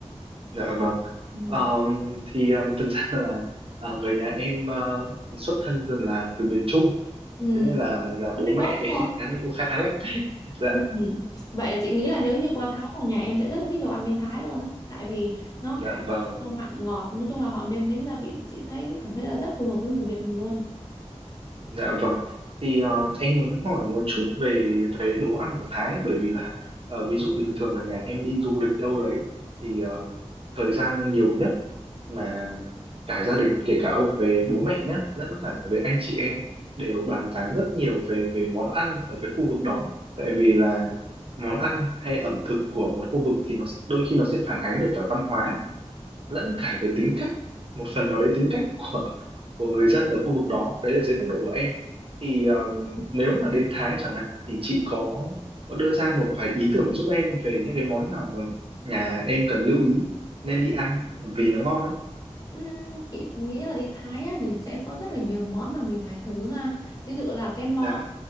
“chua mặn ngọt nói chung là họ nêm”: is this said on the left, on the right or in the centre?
Left